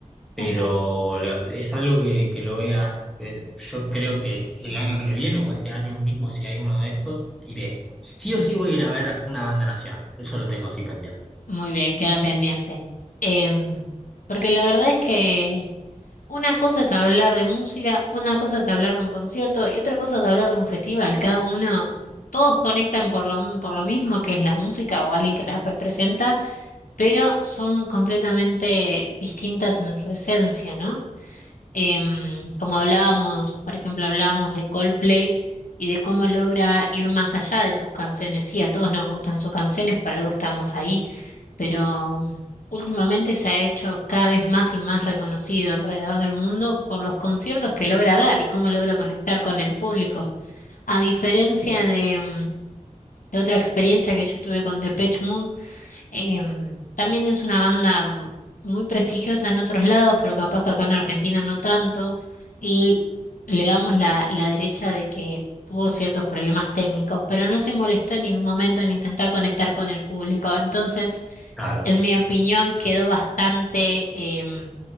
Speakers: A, in the centre; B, on the left.
A: pero
B: Tal cual.
A: la- es algo que, que lo voy a, que yo creo que el año que viene o este año mismo, si hay uno de estos, iré. Sí o sí voy a ir a ver una banda nacional, eso lo tengo así pendiente.
B: Muy bien, queda pendiente. Em, porque la verdad es que una cosa es hablar de música, una cosa es hablar de un concierto y otra cosa es hablar de un festival. Cada uno, todos conectan por lo, m- por lo mismo que es la música o alguien que la representa, pero son completamente distintas en su esencia, ¿no? Em, como hablábamos, por ejemplo, hablábamos de Coldplay y de cómo logra ir más allá de sus canciones. Sí, a todos nos gustan sus canciones, por algo estamos ahí pero mm, últimamente se ha hecho cada vez más y más reconocido alrededor del mundo por los conciertos que logra dar y cómo logra conectar con el público. A diferencia de, mm, de otra experiencia que yo tuve con Depeche Mode, em, también es una banda mm, muy prestigiosa en otros lados, pero capaz que acá en Argentina no tanto, y le damos la, la derecha de que tuvo ciertos problemas técnicos, pero no se molestó en ningún momento en intentar conectar con el público. Entonces,
A: Claro.
B: en mi opinión, quedó bastante... em,